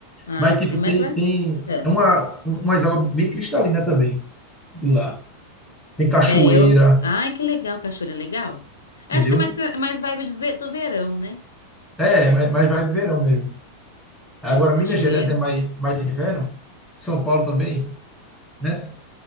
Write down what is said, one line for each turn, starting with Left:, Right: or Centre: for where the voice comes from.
Left: Ah,
Centre: Mas,
Left: sim,
Centre: tipo,
Left: mas
Centre: tem,
Left: lá.
Centre: tem
Left: É,
Centre: é uma, umas águas bem cristalinas também, de lá. Tem cachoeira,
Left: É, eu. Ai, que legal, cachoeira é legal.
Centre: entendeu?
Left: Acho que é mais, é mais vibe do, ve- do verão, né?
Centre: É, mas, mas vai verão mesmo. Agora,
Left: É, porque cachoeira.
Centre: Minas Gerais é mais, mais inverno, São Paulo também, né?